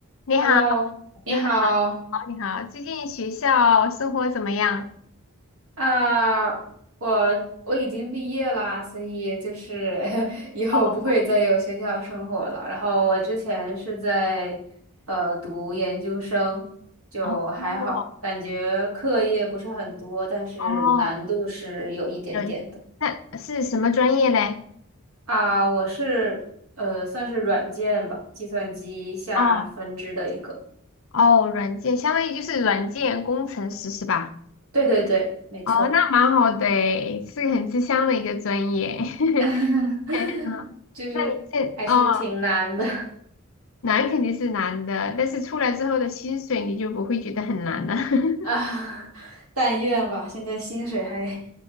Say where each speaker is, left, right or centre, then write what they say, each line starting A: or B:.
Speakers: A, on the left; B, on the right.
A: 你好，
B: Hello，你好
A: 你好，你好，最近学校生活怎么样？
B: 啊我我已经毕业啦，所以就是 <laughs> 以后不会再有学校生活了。
A: 哦
B: 然后我之前是在呃读研究生，就还好，
A: 哦，
B: 感觉课业不是很多，但是难度是有一点点的
A: 哦，有，那是什么专业嘞？
B: 啊。我是呃算是软件吧，计算机下分支的一个。
A: 哦哦，软件，相当于就是软件工程师是吧？
B: 对对对，没错，
A: 哦，那蛮好的诶，是个很吃香的一个专业。<laughs>
B: <laughs>
A: 嗯那你这哦，
B: 就是还是挺难的。
A: 难肯定是难的，但是出来之后的薪水你就不会觉得很难了，<laughs>
B: 啊，但愿吧，现在薪水还